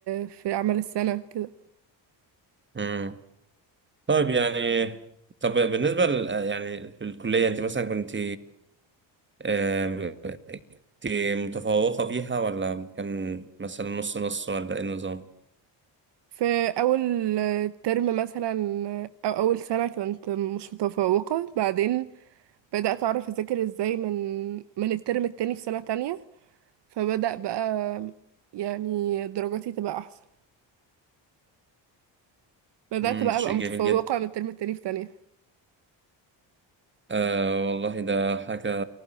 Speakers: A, on the right; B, on the right.
A: في أعمال السنة كده
B: امم طيب يعني طب بالنسبه ل... يعني في الكليه انت مثلا كنت آه، كنت متفوقه فيها ولا كان مثلا نص نص ولا ايه النظام
A: في أول ترم مثلا أو أول سنة كنت مش متفوقة بعدين بدأت أعرف أذاكر ازاي من من الترم التاني في سنة تانية فبدأ بقى يعني درجاتي تبقى أحسن بدأت
B: امم
A: بقى
B: ده
A: أبقى
B: شيء
A: متفوقة
B: جميل جدا
A: من الترم التاني في تانية
B: آه والله ده حاجة